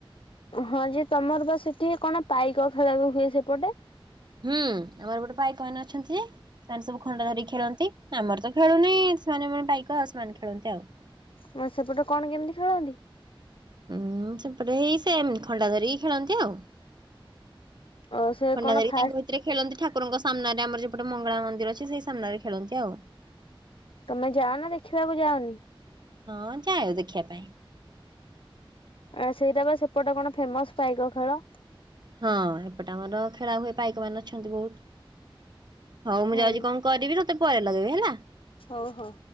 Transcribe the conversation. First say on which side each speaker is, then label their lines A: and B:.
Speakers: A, on the left (about 70°); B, on the right (about 50°).
A: ହଁ ଯେ ତମର ବା ସେଠି କଣ ପାଇକ ଖେଳ ବି ହୁଏ ସେପଟେ?
B: ହୁଁ ଆମର ଏପଟେ ପାଇକ ମାନେ ଅଛନ୍ତି। ସେମାନେ ସବୁ ଖଣ୍ଡା ଧରିିକ ଖେଳନ୍ତି, ଆମର ତ ଖେଳୁନି ସେମାନେ ମାନେ ପାଇକ ଆଉ ସେମାନେ ଖେଳନ୍ତି ଆଉ।
A: <unintelligible> ସେପଟେ କଣ କେମ୍ତି ଖେଳନ୍ତି?
B: ଉୁଁ ସେପଟେ ହେଇ ସେମ୍ ଖଣ୍ଡା ଧରିକି ଖେଳନ୍ତି ଆଉ।
A: ଓ ସେ
B: ଖଣ୍ଡା
A: କଣ
B: ଧାରିକି
A: ଫାଷ୍ଟ
B: ତାଙ୍କ ଭି ତେରେ ଖେଳନ୍ତି ଠାକୁରଙ୍କ ସାମ୍ନାରେ ଆମର ସେପଟେ ମଙ୍ଗଳା ମନ୍ଦିର ଅଛି, ସେଇ ସାମ୍ନାରେ ଖେଳନ୍ତି ଆଉ।
A: ତମେ ଯାଅ ନା ଦେଖିବାକୁ ଯାଅନି?
B: ହଁ ଯାଉ ଦେଖିଆ ପାଇଁ।
A: ଆଁ ସେଇଟା ବା ସେପଟେ କଣ ଫେମସ୍ ପାଇକ ଖେଳ।
B: ହଁ ଏପଟେ ଆମର ଖେଳା ହୁଏ ପାଇକ ମାନେ ଅଛନ୍ତି ବହୁତ୍। ହଉ ମୁଁ
A: ହଁ।
B: ଯାଉଚି କଣ କରିବି, ତତେ ପରେ ଲଗେଇବି ହେଲା।
A: ହଉ-ହଉ।